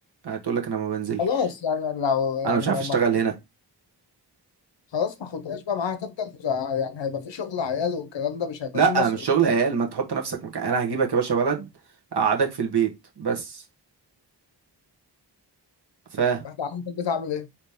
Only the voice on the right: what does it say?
هتقول لك انا ما بنزلش
انا مش
عارف اشتغل
هنا
لا
مش شغل عيال ما انت تحط نفسك مكان انا هجيبك يا باشا بلد اقعدك في البيت بس ف ما